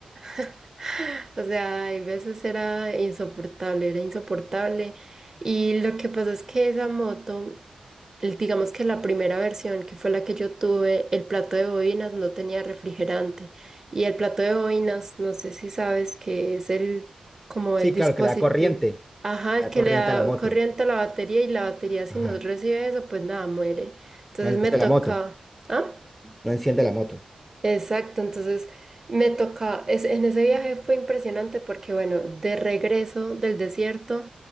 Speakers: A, on the right; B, in the centre.
A: <laughs> O sea, hay veces era insoportable, era insoportable. Y lo que pasó es que esa moto, el- digamos que la primera versión, que fue la que yo tuve, el plato de bobinas no tenía refrigerante. Y el plato de bobinas, no sé si sabes que es el, como el
B: Sí,
A: dispositivo.
B: claro, que le da corriente,
A: Ajá,
B: le
A: el
B: da
A: que
B: corriente
A: le da
B: a la moto.
A: corriente a la batería y la batería si
B: Ajá.
A: no recibe eso, pues nada, muere. Entonces
B: No enciende
A: me toca,
B: la moto.
A: ah,
B: No enciende la moto.
A: exacto, entonces me toca, es, en ese viaje fue impresionante porque bueno, de regreso del desierto,